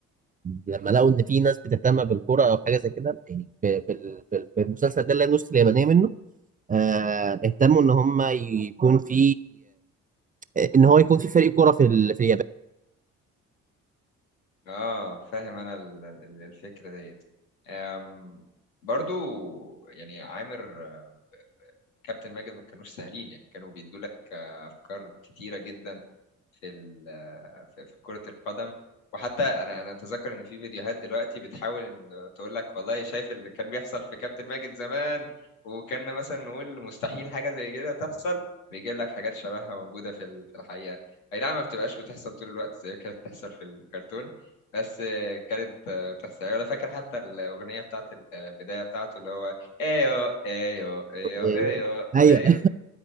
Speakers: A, on the right (about 20°); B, on the left (about 80°).
A: لما لقوا ان في ناس بتهتم بالكرة او حاجه زي كده يعني ب- بال- بال- بالمسلسل ده اللي النص اليابانيه منه آه اهتموا ان هم يكون في آه، ان هو يكون في فريق كرة في ال- في اليابان
B: اه فاهم انا ال- ال- الفكرة ديت أم برضو يعني عامر آه، كابتن ماجد ما كانوش سهلين يعني كانوا بيدوا لك آه، افكار كتيرة جدا في ال- في في كرة القدم وحتى انا انا اتذكر ان في فيديوهات دلوقتي بتحاول ان تقول لك والله شايف اللي كان بيحصل في كابتن ماجد زمان وكنا مثلا نقول مستحيل حاجة زي كده تحصل بيجيب لك حاجات شبهها موجودة في ال- في الحقيقة اي نعم ما بتبقاش بتحصل طول الوقت زي كانت بتحصل في الكرتون بس كانت بتحصل ولا فاكر حتى الأغنية بتاعت البداية بتاعته اللي هو ايو ايو ايو
A: ايوه
B: ايو
A: ايوه
B: ايو